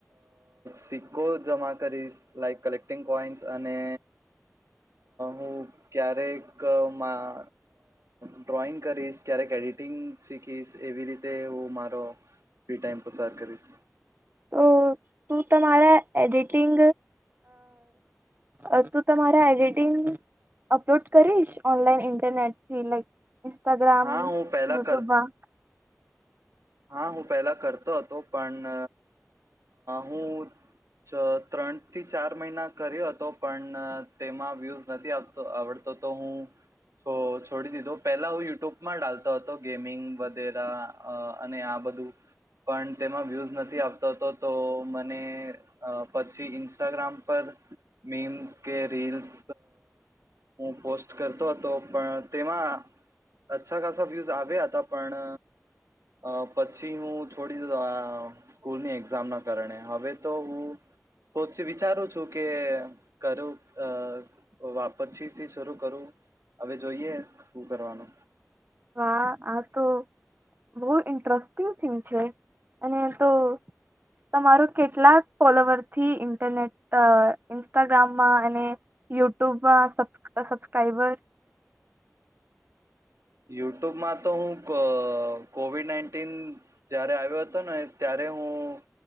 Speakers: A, on the right; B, on the right.
A: સિક્કો જમા કરીશ લાઈક કલેક્ટિંગ કોઈન્સ અને હું ક્યારેકમાં ડ્રોઈંગ કરીશ ક્યારેક એડિટિંગ શીખીશ એવી રીતે હું મારો ફ્રી ટાઈમ પસાર કરીશ
B: તો તું તમારા એડિટિંગ અ તું તમારા એડિટિંગ અપલોડ કરીશ ઓનલાઈન ઇન્ટરનેટથી લઈક ઇન્સ્ટાગ્રામ
A: હા હું પહેલા
B: યુટ્યુબમાં
A: કર હા હું પહેલા કરતો હતો પણ હું ત્રણ થી ચાર મહિના કર્યો હતો પણ તેમાં વ્યુઝ નથી આવતો આવડતો તો હું તો છોડી દીધો પહેલા હું યુટ્યુબ માં ડાલતો હતો ગેમિંગ વગે આ બધું પણ તેમાં વ્યુઝ નથી આવત તો મ અને પછી ઇન્સ્ટાગ્રામ પર મીમ્સ કે રીલ્સ હું પોસ્ટ કરતો હતો પણ તેમાં અ્છા ખાસા વ્યુઝ આવ્યા હતા પણ અ પછી હું છોડી દતો આ સ્કૂલની એક્ઝામ ના કારણે હવે તો હું વિચારું છું કે કરું પછી થી શરૂ કરું હવે જોઈએ શું કરવાનું <unintelligible>
B: વા આ તો બહુ ઇન્ટરેસ્ટિંગ થીમ છે અને તો તમારો કેટલાક ફોલોવર થી ઇન્ટરનેટ ઇન્સ્ટાગ્રામમાં અને યુટ્યુબમાં સબસ્ક્રાઈબર
A: યુટ્યુબમાં તો હું કોવિડ નાઇન્ટીન જય્યારે આવ્યો હતો ને ત્યારે હું